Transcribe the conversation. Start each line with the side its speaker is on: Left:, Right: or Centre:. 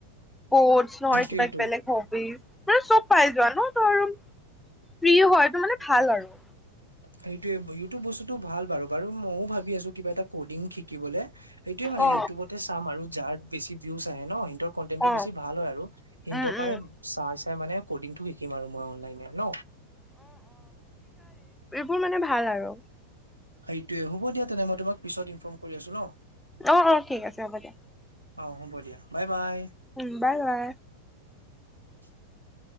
Centre: স্পৰ্টছ নহয়
Right: সেইটোয়েতো
Centre: কিবাক বেলেগ হবিজ। মে চব পাই যোৱা চ ৰোম‌ ফ্ৰ্ৰী হয় এইটো মানে ভাল আৰু।
Right: সেইটোৱে এইটো বস্তুটো ভাল বাৰু বাৰু মইও ভাবি আছো কিবা এটা কডিং শিক শিকিবলে সেইটোয়ে মানে
Centre: অ
Right: ইউটিউবতে চাম আৰু যাৰ বেছি ভিউজ আহে ন। ত কন্টেন্টটো
Centre: অ
Right: ভাল‌ হয় আৰু ইন্টপাই
Centre: উম উম
Right: চাৰ্চ মানে কডিংটো শিকিম আৰু অনলাইনত ন।
Centre: মোৰ মানে ভাল আৰু।
Right: সেইটোয়ে হ'ব দিয়া তেনে মই তোমাক পিছত ইনফৰ্ম কৰি আছো ন
Centre: অ অ ঠিক আছে হ'ব দিয়া
Right: অ হ'ব দিয়া বাই বাই
Centre: উম বাই বাই
Right: <unintelligible>